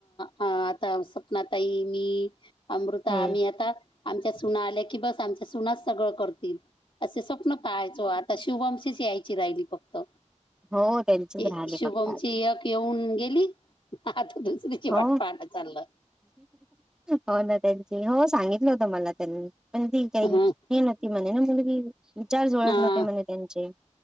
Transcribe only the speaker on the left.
आता स्वपना ताई मी अमृता
आम्ही आता आमच्या सुना आल्या की बस आमच्या सुनाच सगळं करतील असे स्वप्न पाहायचो आत शुभमची यायची राहिली फक्त
ए
शुभमची
एक येऊन गेली आता दुसरीची वाट
पाहाण चाललं.
ह
हा